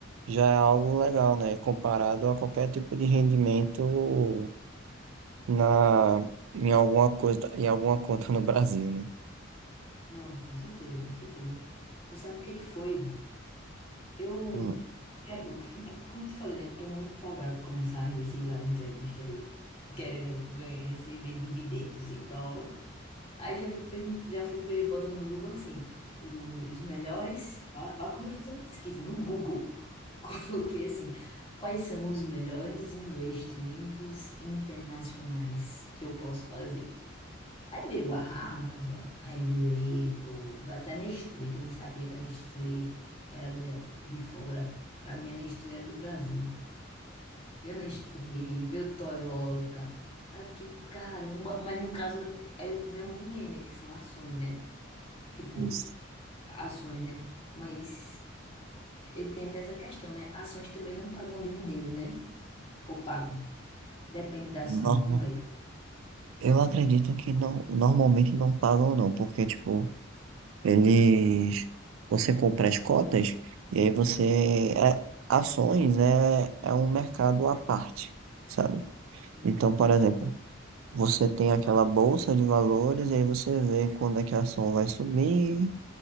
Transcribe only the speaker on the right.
já é algo legal, né? Comparado a qualquer tipo de rendimento na, em alguma coisa, em alguma conta no Brasil, né?
Hum,
isso.
Norma-
eu acredito que não, normalmente não pagam não, porque, tipo, eles, você compra as cotas e aí você, é, ações é, é um mercado à parte, sabe?
Então, por exemplo, Você tem aquela bolsa de valores, e aí você vê quando é que a ação vai subir,